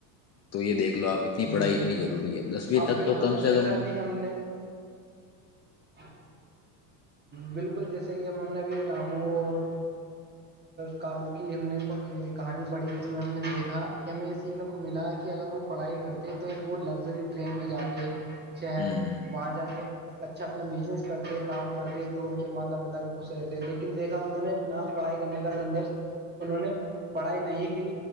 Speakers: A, on the left; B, on the right.
A: تو یہ دیکھ لو آپ اتنی پڑھائی
B: بالکل
A: اتنی ضروری ہے دسویں
B: اب
A: تک
B: بالکل
A: تو کم سے
B: جیسے
A: کم
B: ابھی ہم نے ہ بالکل جیسے کہ ہم ہم نے ابھی رامو اور کالو کی ہم نے یہ کہانی پڑھی ج میں ہم نے دیکھا کہ ہمیں یہ سیکھنے کو ملا کہ اگر وہ پڑھائی کرتے ہیں تو ایک وہ لگژری ٹرین میں جاتے شر
A: ہوں
B: وہاں ج کے اچھا اپنا بزنس کرتے کام کرتے تو ان کے ماتا پتا بھی خوش رہتے لیکن دیکھا انہوں نے نہ پڑھائی کرنے کا سندش انہوں نے پڑھائی نہیں کی